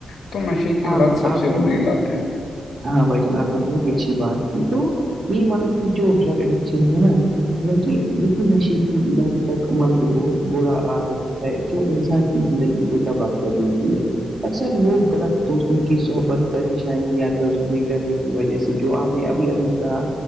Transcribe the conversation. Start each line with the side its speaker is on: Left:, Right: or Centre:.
Left: تو نشے کی
Right: ہاں
Left: لت سب
Right: آپ
Left: سے
Right: نے
Left: بری لت ہے
Right: ہاں بھائی جان آپ نے بہت ہی اچھی بات کی تو یہ ملا کی جو ڈرگ ایڈکشن ہے نا بالکہ یہی نشے کی ند تک ملک بہت برا عادت ہے جو انسان کی زندگی تباہ کیا دیتی ہے اکثر لوگ غلط دوستوں کی سحبت پریشانیاں کرنے کی وجہ سے جو آپ نے ابھی ابھی کہا